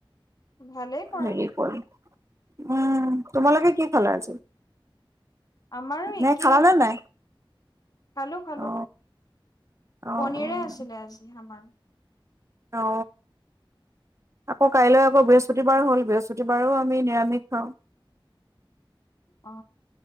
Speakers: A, on the left; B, on the right.
A: ভালেই কৰা।
B: হেৰি কৰি। উম তোমালোকে কি খালা আজি?
A: আমাৰো একেই
B: নে খালানে নাই
A: খালো খালো
B: অ অ অ'।
A: পনীৰে আছিলে আজি আমাৰ।
B: অ। আকৌ কাইলৈ আকৌ বৃহস্পতিবাৰ হ'ল, বৃহস্পতিবাৰো আমি নিৰামিষ খাওঁ।
A: অ